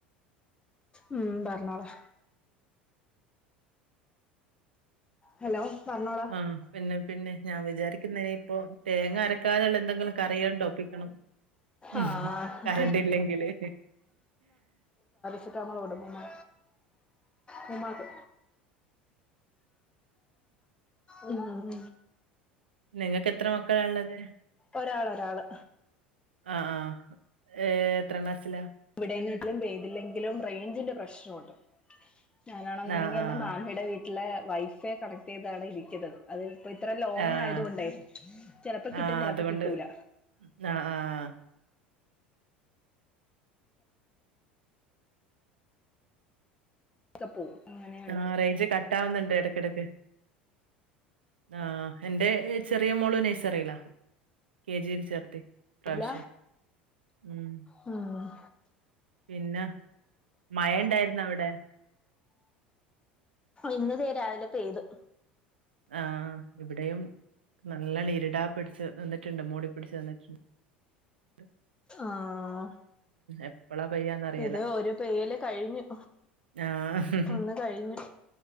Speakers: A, on the left; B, on the right.
A: ഉം പറഞ്ഞോളെ <inaudible> ഹലോ പറഞ്ഞോളൂ
B: ആഹ് പിന്നെ പിന്നെ ഞാൻ വിചാരിക്കുന്നതിനിയിപ്പൊ തേങ്ങ അരക്കാതെയുള്ള എന്തെങ്കിലും കറിയണ്ട് ഒപ്പിക്കണം ഉം
A: ആഹ്
B: കറണ്ട് ഇല്ലെങ്കില്
A: ചിറ്റാമളോട് പൂമാ പൂമാക്ക് ഉം ഉം
B: നിങ്ങക്ക് എത്ര മക്കള ഉള്ളത്
A: ഒരാൾ ഒരാള്
B: ആഹ് ആഹ് എത്ര ക്ലാസിലാ
A: ഇവിടെന്നട്ടലും പെയ്തില്ലെങ്കിലും റേഞ്ചിന്റെ പ്രശ്നമുണ്ട് ഞാനാണെന്നുണ്ടെങ്കി
B: ആഹ് ആഹ്
A: എന്റെ മാമയുടെ വീട്ടിലെ വൈഫൈ കണക്ട് ചെയ്താണ് ഇരിക്കരുന്നത് അത് ഇപ്പോ ഇത്ര ലോങ്ങ്
B: ആഹ്
A: ആയത കൊണ്ടായി ചിലപ്പോ കിട്ടും
B: ആഹ്
A: ചിലപ്പോ
B: അതുകൊണ്ട്
A: കിട്ടൂല
B: ആഹ് ആഹ്
A: തപ്പോ അങ്ങനെ
B: ആഹ് റേഞ്ച് കട്ട ആവുന്നുണ്ട് ഇടക്കിടക്ക് ആഹ് എന്റെ ചെറിയ മോള് നെയ്സറില്ലാ കെ ജിൽ ചേർത്തി പ്രാവശ്യം
A: ഇല്ല
B: ഉം
A: ഉം
B: പിന്നെ മയ ഉണ്ടായിരുന്ന അവിടെ
A: ഇന്ന്തേ രാവിലെ പെെയ്തു
B: ആഹ് ഇവിടെയും നല്ലണ ഇരുടാ പിടിച്ചു നിന്നിട്ടുണ്ട് മൂടി പിടിച്ച് നിന്നിട്ടുണ്ട് ഉം
A: ആഹ്
B: എപ്പളാ പെയ്യാന്നറിയില്ല
A: ഇത് ഒരു പെരേല് കഴിഞ്ഞു
B: ആഹ്
A: ഒന്ന് കഴിഞ്ഞു